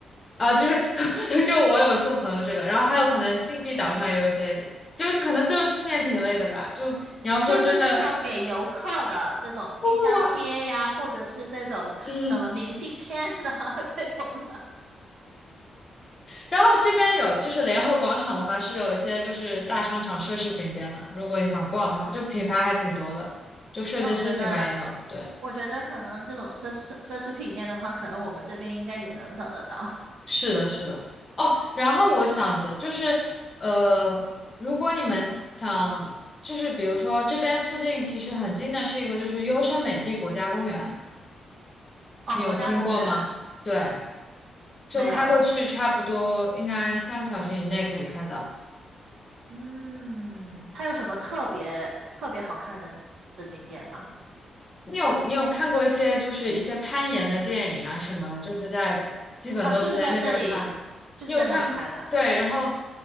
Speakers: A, on the left; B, on the right.
A: 啊，就是 <laughs> 就我有送朋友这个，然后还有可能禁闭岛上也有一些，就可能就纪念品类的吧。就你要说真的，
B: 就是那种给游客的这种冰箱贴呀，
A: 不不不，
B: 或者是这种什么明信片啊
A: 嗯。
B: <laughs> 这种的，
A: 然后这边有就是联合广场的话是有一些就是大商场奢侈品店的，如果你想逛的话，就品牌还挺多的，就设计师品牌也有。
B: 那我觉得。
A: 对，
B: 我觉得可能这种奢侈奢侈品店的话，可能我们这边应该也能找得到。
A: 是的，是的。哦，然后我想的就是，呃，如果你们想，就是比如说这边附近其实很近的是一个就是优胜美地国家公园，
B: <laughs> 哦，
A: 你有听过吗？
B: 国家公园
A: 对，就开过去差不多应该三个小时以内可以开到。
B: 没有我，嗯，它有什么特别特别好看的的景点吗？
A: 你有你有看过一些就是一些攀岩的电影啊什么，就是在基本都是在那边拍。
B: 哦，就是在这里，就是在那里拍的。
A: 你有看，对，然后